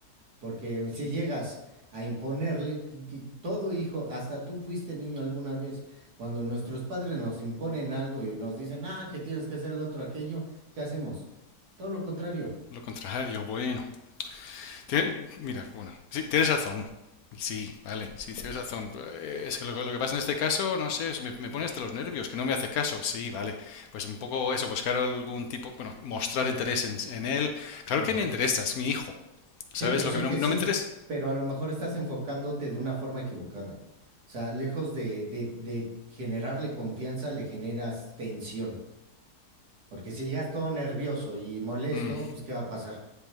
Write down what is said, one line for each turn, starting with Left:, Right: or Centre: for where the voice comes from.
Right: Porque si llegas a imponerle, que- que todo hijo, hasta tú fuiste niño alguna vez, cuando nuestros padres nos imponen algo y nos dicen, ah, que tienes que hacer lo otro, aquello, ¿qué hacemos? Todo lo contrario.
Left: Lo contrario, bueno. Tie- mira, bueno, sí, tienes razón. Sí, vale, sí, tienes razón. Eh, Es que lo, lo que pasa en este caso, no sé, es- me, me pone hasta los nervios, que no me hace caso. Sí, vale. Pues un poco eso, buscar algún tipo, bueno, mostrar interés en, en él. Claro
Right: Ujú.
Left: que me interesa, es mi hijo. ¿Sabes
Right: Sí, yo
Left: lo
Right: sé
Left: que no,
Right: que
Left: no
Right: sí,
Left: me interesa?
Right: pero a lo mejor estás enfocándote de una forma equivocada. O sea, lejos de, de, de generarle confianza, le generas tensión. Porque si llegas todo nervioso y molesto,
Left: Mm,
Right: pues ¿qué va a pasar?